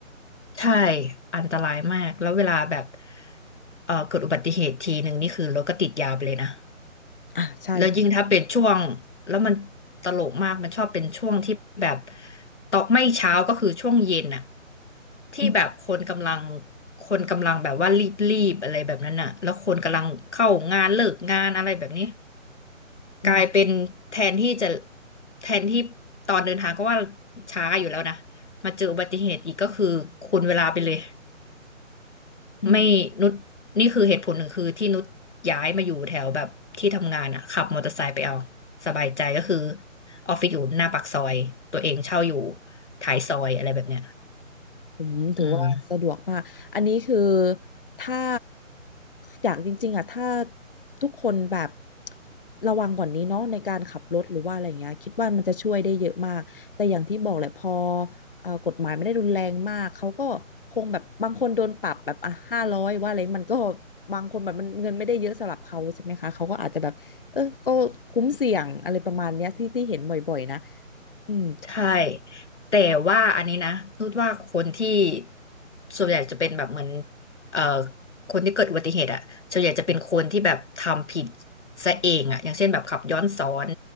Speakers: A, on the left; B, on the left.
A: ใช่อันตรายมากแล้วเวลาแบบเออเกิดอุบัติเหตุทีหนึ่งนี่คือรถก็ติดยาวไปเลยนะ
B: อ่ะใช่ค่ะ
A: แล้วยิ่งถ้าเป็นช่วงแล้วมันตลกมากมันชอบเป็นช่วงที่แบบตอกไม่เช้าก็คือช่วงเย็นอะที่แบบคนกำลัง
B: อืม
A: คนกำลังแบบว่ารีบๆอะไรแบบนั้นอะแล้วคนกำลังเข้างานเลิกงานอะไรแบบนี้
B: อืม
A: กลายเป็นแทนที่จะแทนที่ตอนเดินทางก็ว่าช้าอยู่แล้วนะมาเจออุบัติเหตุอีกก็คือคูณเวลาไปเลย
B: อืม
A: ไม่นุชนี่คือเหตุผลหนึ่งคือที่นุชย้ายมาอยู่แถวแบบที่ทำงานอ่ะขับมอเตอร์ไซค์ไปเอาสบายใจก็คือออฟฟิศอยู่หน้าปากซอยตัวเองเช่าอยู่ท้ายซอยอะไรแบบเนี้ย
B: อืมถือว่าสะดวกมาก
A: อืม
B: อันนี้คือถ้าอยากจริงๆอ่ะถ้าทุกคนแบบระวังกว่านี้เนาะในการขับรถหรือว่าอะไรเงี้ยคิดว่ามันจะช่วยได้เยอะมากแต่อย่างที่บอกแหละพอเอ่อกฎหมายไม่ได้รุนแรงมากเขาก็คงแบบบางคนโดนปรับแบบอ่ะห้าร้อยว่าอะไรมันก็บางคนแบบมันเงินไม่ได้เยอะสำหรับเขาใช่ไหมคะเขาก็อาจจะแบบเออก็คุ้มเสี่ยงอะไรประมาณเนี้ยที่ที่เห็นบ่อยๆนะอืม
A: ใช่แต่ว่าอันนี้นะนุชว่าคนที่ส่วนใหญ่จะเป็นแบบเหมือนเอ่อคนที่เกิดอุบัติเหตุอ่ะส่วนใหญ่จะเป็นคนที่แบบทำผิดซะเองอ่ะอย่างเช่นแบบขับย้อนสอน